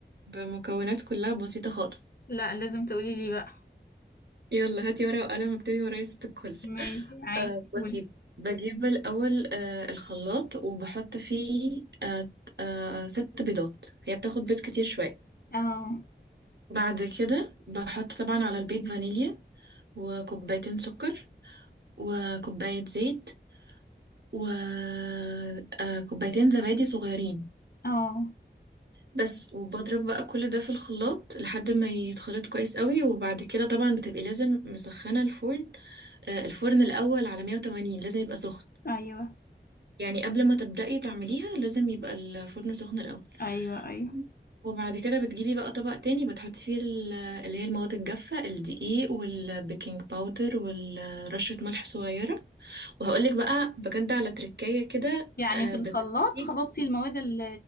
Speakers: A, on the right (about 65°); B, on the left (about 55°).
A: بمكونات كلها بسيطة خالص
B: لا لازم تقولي لي بقى
A: يلا هاتي ورقة وقلم اكتبي ورايا ست الكل
B: ماشي عادي
A: آه
B: قولي
A: بصي بجيب الأول آه الخلاط وبحط فيه آه آه ست بيضات هي بتاخد بيض كتير شوية
B: اه
A: بعد كده بحط طبعا على البيض فانيليا وكوبايتين سكر وكوباية زيت وكوبايتين زبادي صغيرين
B: اه
A: بس وبضرب بقى كل ده في الخلاط لحد ما يتخلط كويس قوي وبعد كده طبعا بتبقي لازم مسخنة الفرن آه الفرن الأول على 180 لازم يبقى سخن
B: ايوه
A: يعني قبل ما تبدأي تعمليها لازم يبقى الفرن سخن الأول
B: ايوه ايوه
A: بس وبعد كده بتجيبي بقى طبق تاني بتحطي فيه ال- اللي هي المواد الجافة الدقيق والبيكنج باودر ورشة ملح صغيرة وهقولك بقى بجد على تركاية كده
B: يعني
A: آه،
B: في
A: بتخلي
B: الخلاط خلطتي المواد ال-